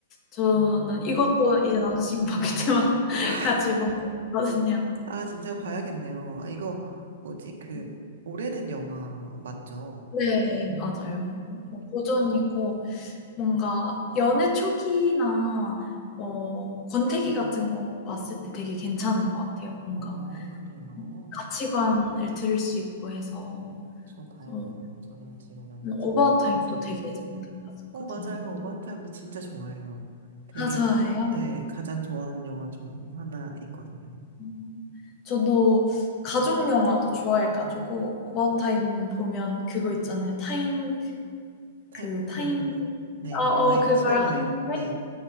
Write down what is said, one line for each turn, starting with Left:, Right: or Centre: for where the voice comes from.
Left: 저는
Right: 아,
Left: 이것도 이제 남자 친구 바뀔 때마다 <laughs>
Right: <laughs>
Left: 같이 본 적 있거든요.
Right: 아, 진짜 봐야겠네요. 아, 이거, 뭐지, 그,
Left: 음.
Right: 오래된 영화 맞죠?
Left: 네
Right: 음,
Left: 맞아요. 음 좀 고전이고 뭔가 연애 초기나 뭐 권태기 같은 거 왔을 때 되게 괜찮을 것 같아요. 뭔가
Right: 어, 그래요.
Left: 가치관을 들을 수 있고 해서.
Right: 저 봐야겠네요.
Left: 그래서
Right: 저는 지금 남자친구랑
Left: 뭐 어바웃
Right: 오래
Left: 타임도
Right: 사귀어서.
Left: 되게 재밌게 봤었거든요.
Right: 어, 맞아요. 오버타임도 진짜 좋아해요. 되게,
Left: 아 좋아해요?
Right: 네, 가장 좋아하는 영화 중 하나 있거든요.
Left: 음. 저도 가족 영화도 좋아해 가지고 어바웃타임 보면 그거 있잖아요. 타임
Right: 타임
Left: 그 타임
Right: 트래블. 네,
Left: 어어
Right: 여행,
Left: 그걸
Right: 시간
Left: 하는데
Right: 여행. 네.